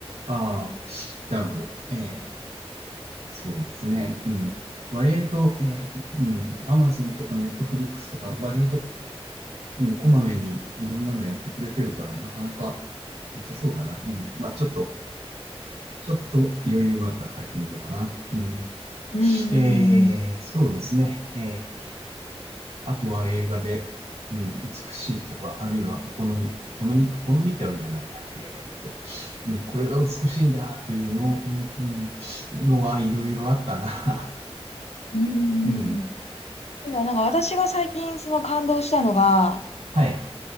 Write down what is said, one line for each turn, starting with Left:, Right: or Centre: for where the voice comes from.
Right: あ、ああ、なるほど。ええ、そうですね。うん。割合と、えっと、うん、Amazon とか Netflix とか割合とうん、こまめにいろんなのやってくれてるから、なかなか良さそうだな。うん。まあ、ちょっと、ちょっと余裕があったら入ってみようかな。うん。
Left: うんうんうん。
Right: えー、そうですね。えー、あとは映画で、うん、美しいとか、あるいはお好み、お好み、お好みってわけじゃないな。えーっと、うん、これが美しいんだというの、うん、うん、のはいろいろあったな。
Left: うんうんうん。
Right: <laughs> うん。
Left: でもなんか私が最近その感動したのが、
Right: はい。